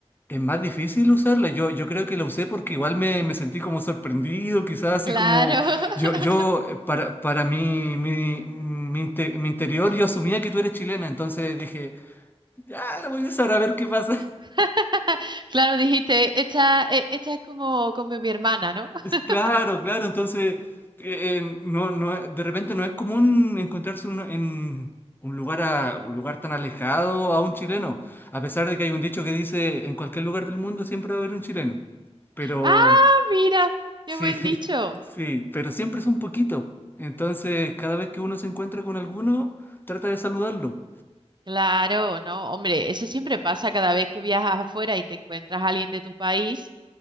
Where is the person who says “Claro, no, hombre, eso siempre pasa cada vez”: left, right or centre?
Right